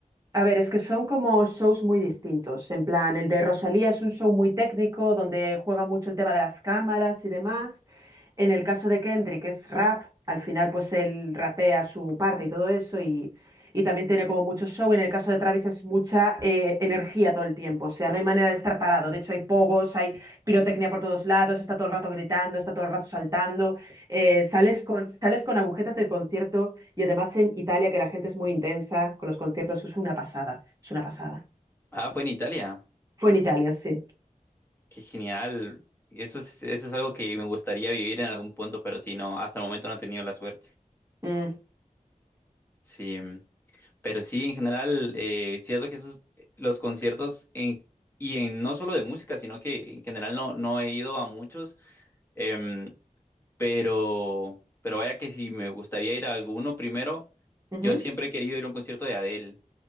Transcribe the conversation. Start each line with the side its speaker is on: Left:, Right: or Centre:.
Right: A ver, es que son como shows muy distintos. En plan, el de Rosalía es un show muy técnico donde juega mucho el tema de las cámaras y demás. En el caso de Kendrick es rap. Al final, pues él rapea su parte y todo eso y, y también tiene como mucho show. En el caso de Travis es mucha eh, energía todo el tiempo. O sea, no hay manera de estar parado. De hecho, hay pogos, hay pirotecnia por todos lados, está todo el rato gritando, está todo el rato saltando. Eh, sales con, sales con agujetas del concierto. Y además en Italia, que la gente es muy intensa con los conciertos, es una pasada, es una pasada.
Left: Ah, fue en Italia.
Right: Fue en Italia, sí.
Left: Qué genial. Eso es, eso es algo que me gustaría vivir en algún punto, pero sí, no, hasta el momento no he tenido la suerte.
Right: Mm,
Left: Sí, mm, pero sí, en general, eh, cierto que esos, los conciertos en, y en no solo de música, sino que en general no, no he ido a muchos, em, pero, pero vaya que si me gustaría ir a alguno primero,
Right: ujú.
Left: yo siempre he querido ir a un concierto de Adele.